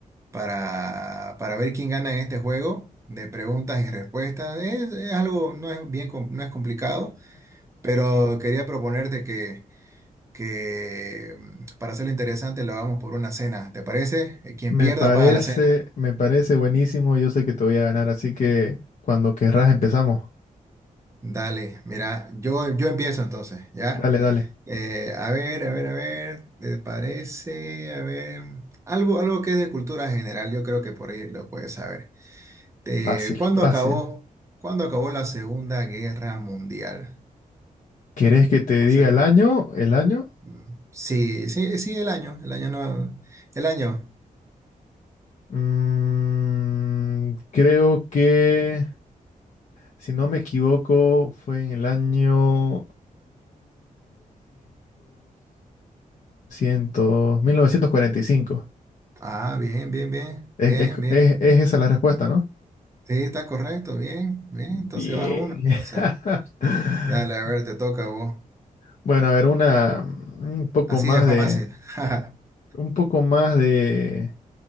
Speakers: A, on the right (about 20°); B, on the left (about 55°).
A: para, para ver quién gana en este juego de preguntas y respuestas. Es, es algo, no es bien, com- no es complicado, pero quería proponerte que que mm, para hacerlo interesante lo hagamos por una cena, ¿te parece? Eh, Quien
B: me
A: pierda
B: parece,
A: paga la cena.
B: me parece buenísimo. Yo sé que te voy a ganar, así que cuando querrás empezamos.
A: Dale, mira, yo, yo empiezo entonces, ¿ya?
B: Dale, dale.
A: Eh, a ver, a ver, a ver, ¿te parece? A ver, algo, algo que es de cultura general, yo creo que por ahí lo puedes saber. Eh,
B: Fácil,
A: ¿cuándo
B: fácil.
A: acabó, cuándo acabó la Segunda Guerra Mundial?
B: ¿Querés que te
A: No
B: diga
A: sé.
B: el año? ¿El año?
A: Mm, Sí, sí, sí, el año, el año no, el año.
B: Mm, creo que, si no me equivoco, fue en el año 1900, 1900, 1945.
A: Ah, bien, bien, bien,
B: Es,
A: bien,
B: es,
A: bien.
B: es es esa la respuesta, ¿no?
A: Sí, está correcto, bien, bien,
B: Bien.
A: entonces vas uno, entonces.
B: <laughs>
A: Dale, a ver, te toca a vos.
B: Bueno, a ver, una un poco
A: Así
B: más
A: de fácil.
B: de
A: <laughs>
B: un poco más de